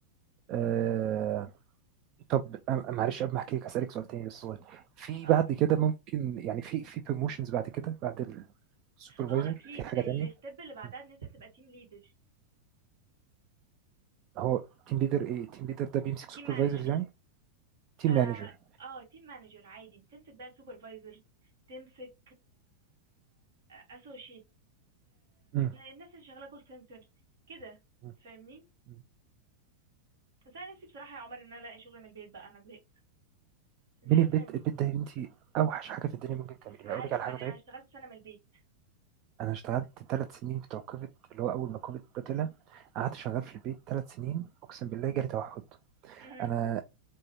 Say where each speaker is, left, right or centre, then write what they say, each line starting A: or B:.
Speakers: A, on the right (about 40°); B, on the right (about 55°).
A: آه، طب أم- معلش قبل ما احكي لك هسألك سؤال تاني بس صغير في
B: اه
A: بعد كده ممكن يعني في في بروموشنز بعد كده بعد سوبرفايزر
B: اه اكيد
A: في حاجة
B: الستيب
A: تانية
B: اللي بعدها
A: مم.
B: ان انت تبقى تيم ليدر
A: هو تيم ليدر ايه تيم ليدر ده بيمسك سوبرفايزرز
B: تيم مانجر
A: يعني تيم
B: اه
A: مانجر
B: اه تيم مانجر عادي بتمسك بقى سوبرفايزرز تمسك اسوشيت
A: مم.
B: الناس اللي شغاله كول سنتر كده
A: مم.
B: فاهمني
A: مم.
B: بس انا نفسي بصراحه يا عمر ان انا الاقي شغل من البيت بقى انا زهقت زهقت
A: من البيت
B: من
A: البيت ده يا بنتي اوحش حاجة في الدنيا ممكن تعمليها
B: عارفه
A: اقول لك على حاجة
B: انا
A: طيب
B: اشتغلت سنه من البيت
A: انا اشتغلت ثلاث سنين بتوع كوفيد اللي هو اول ما كوفيد ده طلع قعدت شغال في البيت ثلاث سنين اقسم بالله جالي توحد
B: امم
A: انا